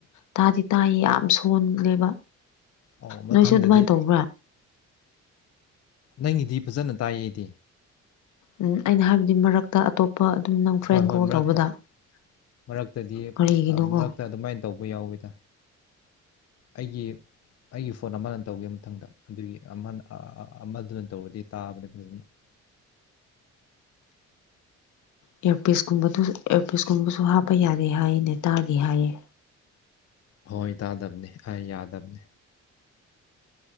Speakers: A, on the left; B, on the left.
A: ꯇꯥꯗꯤ ꯇꯥꯏꯌꯦ ꯌꯥꯝ ꯁꯣꯜꯂꯦꯕ
B: ꯑꯣ ꯃꯊꯪꯗꯗꯤ
A: ꯅꯣꯏꯁꯨ ꯑꯗꯨꯃꯥꯏꯅ ꯇꯧꯕ꯭ꯔꯥ
B: ꯅꯪꯒꯤꯗꯤ ꯐꯖꯅ ꯇꯥꯏꯌꯦꯗꯤ
A: ꯎꯝ ꯑꯩꯅ ꯍꯥꯏꯕꯗꯤ ꯃꯔꯛꯇ ꯑꯇꯣꯞꯄ ꯑꯗꯨꯝ ꯅꯪ ꯐ꯭ꯔꯦꯟ
B: ꯍꯣꯏ ꯍꯣꯏ
A: ꯀꯣꯜ
B: ꯃꯔꯛꯇ
A: ꯇꯧꯕꯗ
B: ꯃꯔꯛꯇꯗꯤ
A: ꯀꯔꯤꯒꯤꯅꯣꯀꯣ
B: ꯃꯔꯛꯇ ꯑꯗꯨꯃꯥꯏꯅ ꯇꯧꯕ ꯌꯥꯎꯋꯦꯗ ꯑꯩꯒꯤ ꯑꯩꯒꯤ ꯐꯣꯟ ꯑꯃꯅ ꯇꯧꯒꯦ ꯃꯊꯪꯗ ꯑꯗꯨꯒꯤ ꯑꯃ ꯑꯃꯗꯨꯅ ꯇꯧꯕꯔꯗꯤ ꯇꯥꯕꯅꯦ ꯐꯖꯅ <inaudible>
A: ꯏꯌꯔꯄꯤꯁ ꯀꯨꯝꯕꯗꯨ ꯏꯌꯥꯔꯄꯤꯁ ꯀꯨꯝꯕꯁꯨ ꯍꯥꯞꯄ ꯌꯥꯔꯦ ꯍꯥꯏꯅꯦ ꯇꯥꯔꯗꯤ ꯍꯥꯏꯌꯦ
B: ꯍꯣꯏ ꯇꯥꯗꯕꯅꯤ ꯑꯩ ꯌꯥꯗꯕꯅꯤ